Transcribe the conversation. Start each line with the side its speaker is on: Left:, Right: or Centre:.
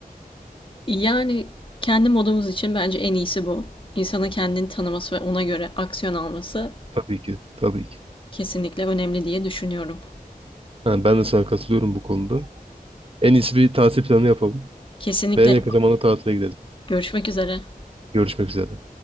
Left: Yani kendi modumuz için bence en iyisi bu. İnsanın kendini tanıması ve ona göre aksiyon alması
Right: Tabii ki. Tabii ki.
Left: kesinlikle önemli diye düşünüyorum.
Right: Ha, ben de sana katılıyorum bu konuda. En iyisi bir tatil planı yapalım.
Left: Kesinlikle.
Right: Ve en yakın zamanda tatile gidelim.
Left: Görüşmek üzere.
Right: Görüşmek üzere.